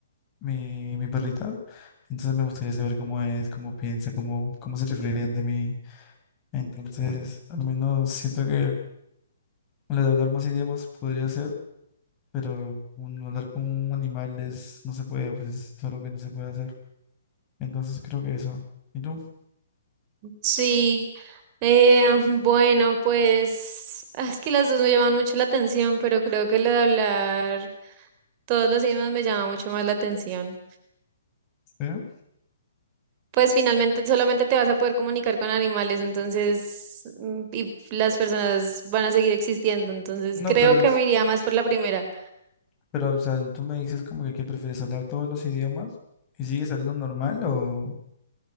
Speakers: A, on the left; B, on the right.
A: mi, mi perrita, entonces me gustaría saber cómo es, cómo piensa, cómo, cómo se referiría ante mí. Entonces, al menos siento que lo de hablar más idiomas podría ser, pero un, hablar con un animal es, no se puede, pues es algo que no se puede hacer. Entonces creo que eso. ¿Y tú?
B: Sí, eh, bueno, pues ah, es que las dos me llaman mucho la atención, pero creo que lo de hablar todos los idiomas me llama mucho más la atención.
A: Sí.
B: Pues finalmente solamente te vas a poder comunicar con animales, entonces, mm, y las personas van a seguir existiendo, entonces
A: No,
B: creo
A: pero,
B: que
A: es-
B: me iría más por la primera.
A: pero, o sea, tú me dices como que, ¿qué prefieres? ¿Hablar todos los idiomas? ¿Y sigues hablando normal o,